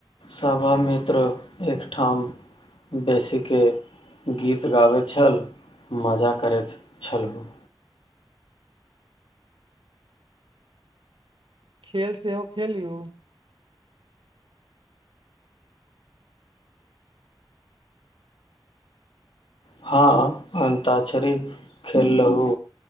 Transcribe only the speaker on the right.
खेल से हो खेलेल हो